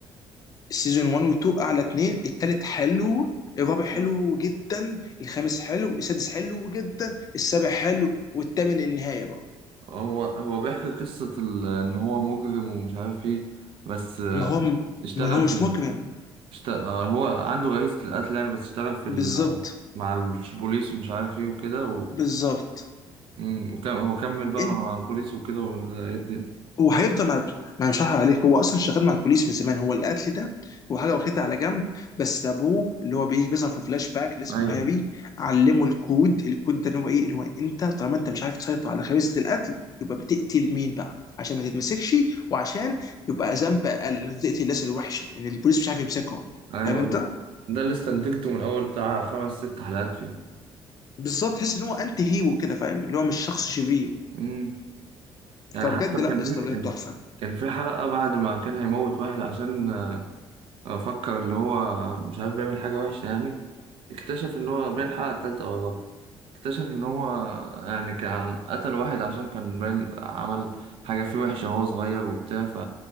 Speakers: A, on the left (about 40°); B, on the right (about 75°).
A: السيزون 1 و2 اعلى اتنين التالت حلو الرابع حلو
B: مم.
A: جدا الخامس حلو السادس حلو جدا السابع حلو والثامن النهايه بقى
B: هو هو بيحكي قصة ال- إن هو مجرم ومش عارف إيه بس آه،
A: ما هو
B: اشتغل
A: ما هو مش
B: في ال...
A: مجرم
B: اشتغل هو عنده غريزة القتل يعني بس اشتغل في
A: بالظبط
B: ال... مع البوليس ومش عارف إيه وكده
A: بالظبط
B: امم وكم هو كمل بقى
A: انت
B: مع البوليس وكده ولا ايه الدنيا
A: هو هيفضل مع انا مش هحرق عليك هو اصلا شغال مع البوليس من زمان هو القتل ده هو حاجه واخدها على جنب بس ابوه اللي هو بيجي بيظهر في فلاش باك اللي اسمه
B: ايوه
A: هاري علمه الكود الكود ده ان هو ايه ان هو انت طالما انت مش عارف تسيطر على خبيثه القتل يبقى بتقتل مين بقى عشان ما تتمسكش وعشان يبقى ذنب اقل ان انت تقتل الناس الوحشه ان البوليس مش عارف يمسكهم
B: ايوه
A: فاهم انت
B: ده اللي استنتجته من اول بتاع خمس ست حلقات فيه
A: بالظبط تحس ان هو انت هيرو كده فاهم اللي هو مش شخص شرير
B: امم يعني
A: فبجد
B: حتى
A: لا
B: كان
A: يا
B: في
A: اسطى بجد
B: كان
A: تحفه
B: كان في حلقة بعد ما كان هيموت واحد عشان آه، فكر اللي هو مش عارف بيعمل حاجة وحشة يعني اكتشف ان هو باين الحلقة التالتة او الرابعة اكتشف ان هو يعني كان قتل واحد عشان كان باين عمل حاجة فيه وحشة وهو صغير وبتاع ف...